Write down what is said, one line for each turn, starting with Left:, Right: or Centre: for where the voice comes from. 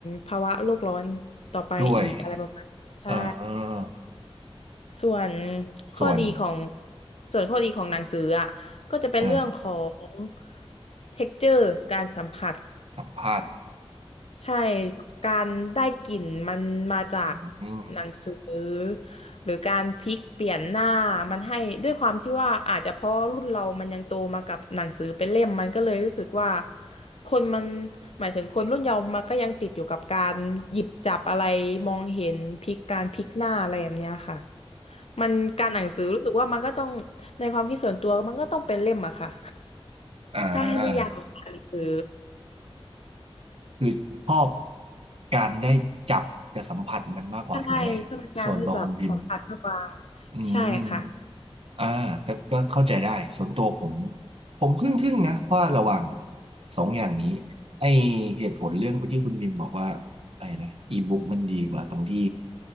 Left: ภาวะโลกร้อนต่อไปอีกอะไรประมาณใช่
Right: ด้วยเออ
Left: ส่วนข้อดีของ
Right: ส่วน
Left: ส่วนข้อดีของหนังสืออ่ะก็จะเป็นเรื่องของ
Right: อ่า
Left: texture การสัมผัส
Right: สัมภาษณ์
Left: ใช่การได้กลิ่นมันมาจาก
Right: อืม
Left: หนังสือหรือการพลิกเปลี่ยนหน้ามันให้ด้วยความที่ว่าอาจจะเพราะรุ่นเรามันยังโตมากับหนังสือเป็นเล่มมันก็เลยรู้สึกว่าคนมันหมายถึงคนรุ่นเยาว์มันก็ยังติดอยู่กับการหยิบจับอะไรมองเห็นพลิกการพลิกหน้าอะไรแบบเนี้ยค่ะ มันการอ่านหนังสือรู้สึกว่ามันก็ต้องในความคิดส่วนตัวมันก็ต้องเป็นเล่มอะค่ะ
Right: อ่า
Left: <laughs> ถ้าให้นิยามออ่านหนังสือ
Right: คือชอบการได้จับกับสัมผัสมันมากกว่าถูกไหม
Left: ใช่ถ้าเป็นการที่จะสัมผัสมากกว่า
Right: ส่วนตัวคนพิมพ์อืม
Left: ใช่ค่ะ
Right: อ่าก็ก็เข้าใจได้ ส่วนตัวผม ผมครึ่งครึ่งนะว่าระหว่างสองอย่างนี้ไอเหตุผลเรื่องที่คุณมิมบอกว่าไอ้นะอีบุ๊กมันดีกว่าตรงที่